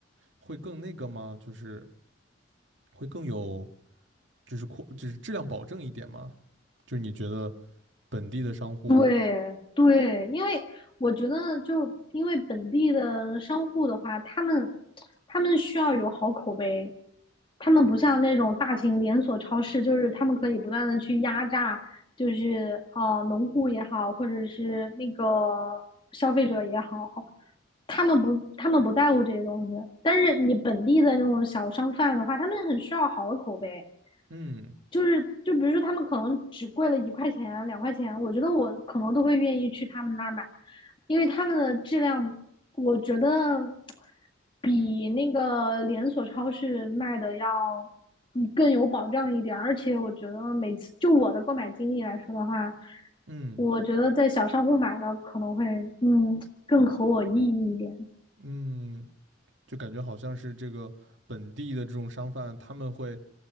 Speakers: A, on the right; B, on the left.
A: 会更那个吗？就是会更有就是扩就是质量保证一点吗？就你觉得本地的商户，
B: 对对，因为我觉得，就因为本地的商户的话，他们他们需要有好口碑，他们不像那种大型连锁超市，就是他们可以不断的去压榨，就是呃农户也好，或者是那个消费者也好，他们不他们不在乎这些东西。但是你本地的那种小商贩的话，他们很需要好的口碑。
A: 嗯
B: 就是就比如说他们可能只贵了一块钱、两块钱，我觉得我可能都会愿意去他们那儿买，因为他们的质量，我觉得比那个连锁超市卖的要更有保障一点，而且我觉得每次就我的购买经历来说的话，
A: 嗯
B: 我觉得在小商户买的可能会嗯更合我意义一点。
A: 嗯，就感觉好像是这个本地的这种商贩，他们会